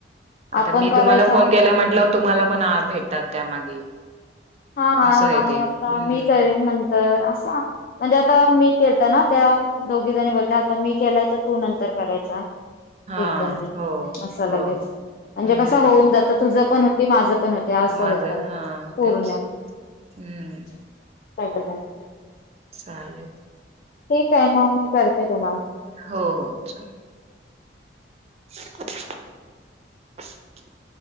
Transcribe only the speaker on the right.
आता
मी
तुम्हाला फोन केलाय म्हंटलाव तुम्हाला पण आ भेटतात त्यामागे
असं आहे
ते
हम्म
हा
हो
हो
हम्म
माझ
हा
तेच हम्म.
चालेल.
हो हो चा <inaudible>